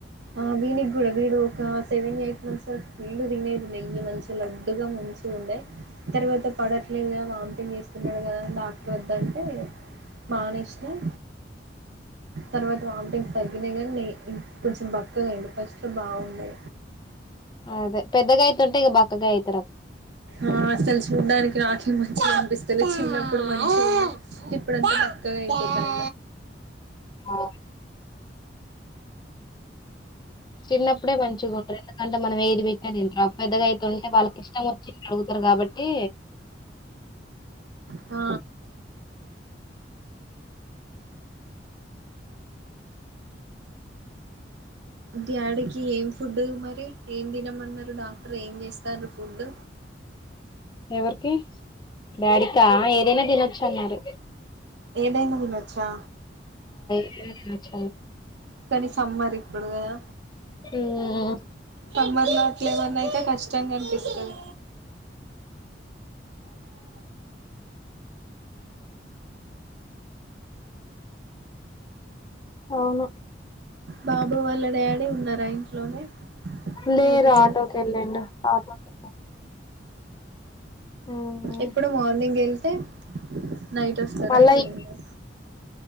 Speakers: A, on the right; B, on the left.
A: ఆ వీడికి కూడా వీడు ఒక సెవెన్ ఎయిట్ మంత్స్ ఫుల్ తినేది నెయ్యి మంచి లడ్డుగా ముంచి ఉండే తర్వాత పడట్లేదు వామిటింగ్ చేస్తున్నాడు కదా డాక్టర్ వద్ద అంటే మానేసినం తర్వాత వామిటింగ్ తగ్గినయి కాగానీ కొంచెం బక్కగా అయిండు సో బాగుండే
B: అదే పెద్దగా అయితుంటే ఇక బక్కగా అయితే
A: ఆ అసలు చూడ్డానికి నాకే మంచిగా అనిపిస్తలే చిన్నప్పుడు మంచిగా ఉండే ఇప్పుడుంతా బక్కగా అయిపోతాండు
B: ఆ చిన్నప్పుడే మంచిగుండ్రి ఎందుకంటే మనం ఏది పెట్నే తింటరు పెద్దగా అయితుంటే వాళ్ళకి ఇష్టం వచ్చింది అడుగుతారు కాబట్టి
A: హ డాడీకి ఏం ఫుడ్ మరి ఏం తినమన్నారు డాక్టర్ ఏం చేస్తారు ఫుడ్
B: ఎవరికి వాడికా ఏదైనా తినొచ్చు అన్నారు
A: ఏదైనా తినొచ్చా
B: ఏదీ తినచ్చ
A: కానీ సమ్మర్ ఇప్పుడు కదా
B: హ్మ్
A: సమ్మర్ లో అట్ల ఏమన్నా అయితే కష్టంగా అనిపిస్తాది
B: అవును
A: బాబు వాళ్ళ డాడి ఉన్నారా ఇంట్లోనే
B: లేరు
A: డ్యూటీకి
B: ఆటోకి
A: వెళ్ళి
B: వెళ్ళిండు ఆటోకి హ్మ్
A: ఇప్పుడు మార్నింగ్ వెళ్తే. నైట్ వస్తారా
B: మళ్ళా
A: ఈవినింగ్
B: ఈ
A: ఆ.